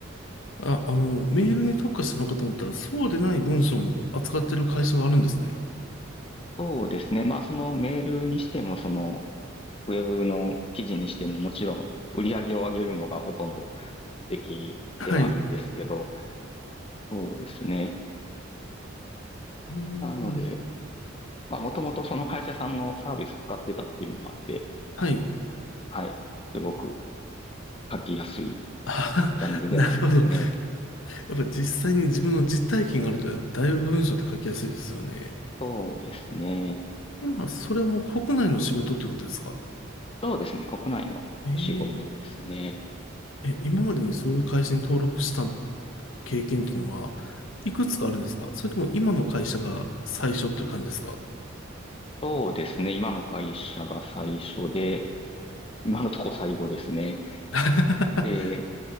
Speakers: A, on the left; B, on the left.
A: あ、あの、メールに特化するのかと思ったら、そうでない文章も扱ってる会社があるんですね。
B: そうですね。まあ、そのメールにしても、その、ウェブの記事にしても、もちろん、売り上げを上げるのがほとんど目的ではあるんですけど、
A: はい。
B: そうですね。
A: うー
B: なので、
A: ん。
B: まあ、もともとその会社さんのサービス使ってたっていうのもあって、
A: はい。
B: はい、すごく書きやすい
A: あ、
B: ジャンルではありますね。
A: <laughs> なるほど。やっぱ実際に自分の実体験があると、やっだいぶ文章って書きやすいですよね。
B: そうですね。
A: 今、それはもう国内の仕事ってことですか
B: そうですね。国内の仕事ですね。
A: ええ。え、今までにそういう会社に登録した経験っていうのは、いくつかあるんですかそれとも今の会社が最初っていう感じですか
B: そうですね。今の会社が最初で、今のとこ最後ですね。
A: <laughs>
B: え